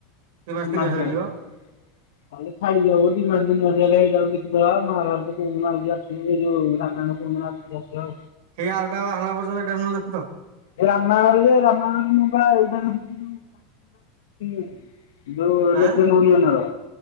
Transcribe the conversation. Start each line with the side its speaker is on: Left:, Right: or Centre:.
Right: ଦି
Left: <unintelligible>
Right: ମାସ ତିନି ମାସ ଲାଗିବ
Left: ତାେ ଛାଡି ଯବ ଦିମା ଦିନ ଆସ ହେଲେ ଏଇଟାଉ କିଛି ମାହା ଘର କୋଉ ଆସିବୁ ଏଇ ଯୋଉ <inaudible> ଆଉ
Right: ସେଇ ଆରଟା ବାହାରିଲା ପର୍ଯ୍ୟନ୍ତ ଏଇଟାରେ ନହେଲେ ଦେଖୁ ତ।
Left: ଏ ରାମାୟଣରେ ଯେ ରାମାୟଣରେ ମୁଁ ପା ଏଇ ପା ଦେଖୁଚି ଏଇ ଯୋଉ କାର୍ଟୁନ
Right: ଆଁ
Left: <unintelligible> କଥା ଯୋଉ <unintelligible> ହର